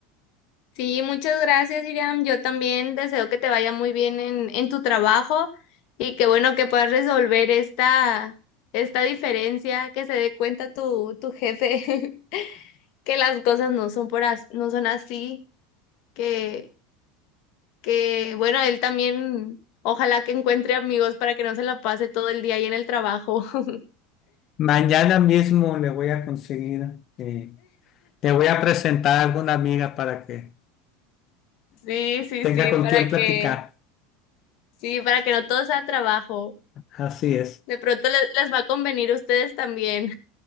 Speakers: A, on the left; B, on the left.
A: Sí, muchas gracias, Iriam. Yo también deseo que te vaya muy bien en, en tu trabajo y que bueno que puedas resolver esta, esta diferencia, que se dé cuenta tu, tu jefe <laughs> que las cosas no son por as- no son así, que, que bueno, él también ojalá que encuentre amigos para que no se la pase todo el día ahí en el trabajo. <laughs>
B: Mañana mismo le voy a conseguir, eh, te voy a presentar a alguna amiga para que
A: Sí, sí,
B: tenga
A: sí,
B: con
A: para
B: quien platicar.
A: que, sí, para que no todo sea trabajo.
B: Así es.
A: De pronto les, les va a convenir a ustedes también.